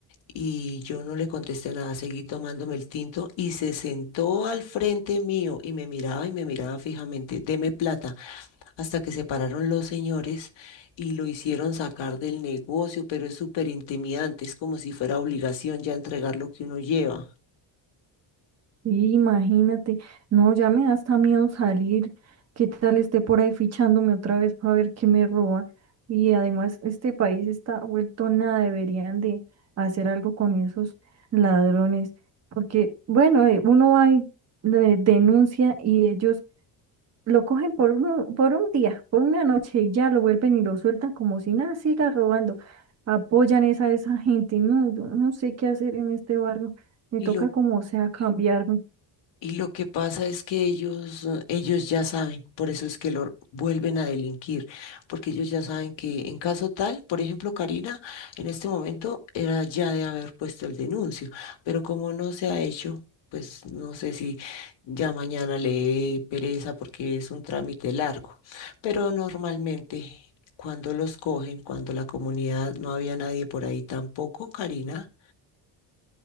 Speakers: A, on the left (about 70°); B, on the right (about 35°).
A: Y yo no le contesté nada, seguí tomándome el tinto y se sentó al frente mío y me miraba y me miraba fijamente, deme plata hasta que se pararon los señores y lo hicieron sacar del negocio, pero es súper intimidante, es como si fuera obligación ya entregar lo que uno lleva.
B: Sí, imagínate, no, ya me da hasta miedo salir, qué tal esté por ahí fichándome otra vez para ver qué me roba. Y además este país está vuelto nada, deberían de hacer algo con esos ladrones, porque bueno, eh, uno va y le denuncia y ellos Lo cogen por, uno- por un día, por una noche y ya lo vuelven y lo sueltan como si nada, siga robando. Apoyan esa, a esa gente. No, yo no sé qué hacer en este barrio. Me
A: Y
B: toca
A: lo
B: como sea cambiarme.
A: Y lo que pasa es que ellos, eh, ellos ya saben, por eso es que lo vuelven a delinquir, porque ellos ya saben que en caso tal, por ejemplo, Karina, en este momento era ya de haber puesto el denuncio, pero como no se ha hecho, pues no sé si ya mañana le dé pereza porque es un trámite largo, pero normalmente cuando los cogen, cuando la comunidad no había nadie por ahí tampoco, Karina.